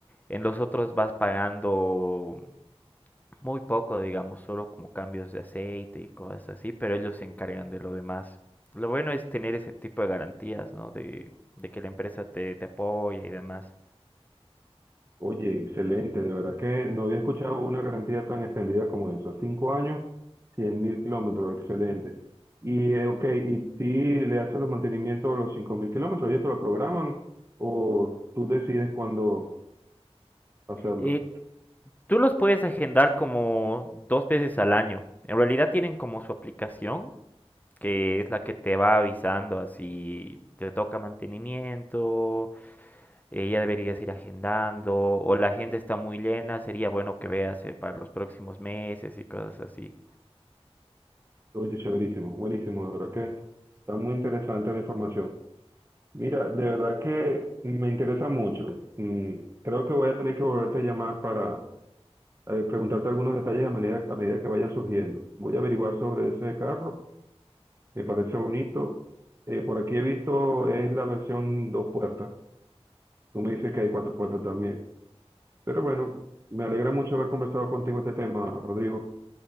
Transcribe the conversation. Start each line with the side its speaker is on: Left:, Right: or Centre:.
Left: en los otros vas pagando muy poco, digamos, solo como cambios de aceite y cosas así, pero ellos se encargan de lo demás. Lo bueno es tener ese tipo de garantías, ¿no? De, de que la empresa te, te apoya y demás.
Right: Oye, excelente, de verdad que no había escuchado una garantía tan extendida como eso. Cinco años, cien mil kilómetros, excelente. Y, eh, ok, y si le haces los mantenimientos a los cinco mil kilómetros, ¿ellos te lo programan o tú decides cuándo hacerlos?
Left: Eh, Tú los puedes agendar como dos veces al año. En realidad tienen como su aplicación, que es la que te va avisando así, te toca mantenimiento, eh, ya deberías ir agendando, o la agenda está muy llena, sería bueno que veas eh, para los próximos meses y cosas así.
Right: Oye, chéverísimo, buenísimo, de verdad que está muy interesante la información. Mira, de verdad que me interesa mucho. Mm, Creo que voy a tener que volverte a llamar para eh, preguntarte algunos detalles a medida, a medida que vayan surgiendo. Voy a averiguar sobre ese carro, me parece bonito. Eh, por aquí he visto, es la versión dos puertas. Tú me dices que hay cuatro puertas también. Pero bueno, me alegra mucho haber conversado contigo este tema, Rodrigo.